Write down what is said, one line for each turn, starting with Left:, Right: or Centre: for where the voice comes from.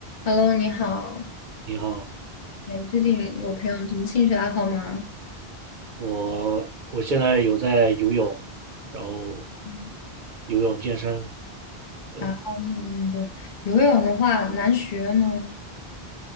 Left: Hello，你好。
Right: 你好，
Left: 哎，最近有培养什么兴趣爱好吗？
Right: 我我现在有在游泳，然后
Left: 嗯
Right: 游泳健身。对，
Left: 啊，那样子，游泳的话难学吗？